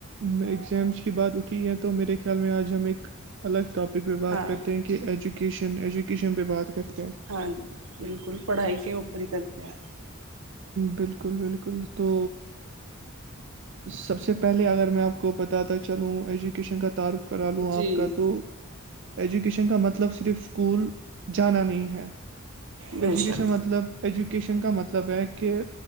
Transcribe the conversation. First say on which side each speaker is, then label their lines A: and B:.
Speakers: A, on the right; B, on the right.
A: میں ایگزامس کی بات اٹھی ہے تو میرے خیال میں آج ہم ایک الگ ٹاپک پہ بات
B: ہاں
A: کرتے ہیں کہ ایجوکیشن ایجوکیشن پہ بات کرتے ہیں
B: ہاں بالکل پڑھائی کے اوپر ہی کرتے ہیں
A: بالکل بالکل تو سب سے پہلے اگر میں آپ کو پتاتا چلوں ایجوکیشن کا تعارق کرا لوں
B: جی
A: آپ کا تو ایجوکیشن کا متلب مطلب صرف اسکول جانا نہیں ہے
B: بے
A: ایجوکیشن
B: شک
A: مطلب ایجوکیشن کا مطلب ہے کہ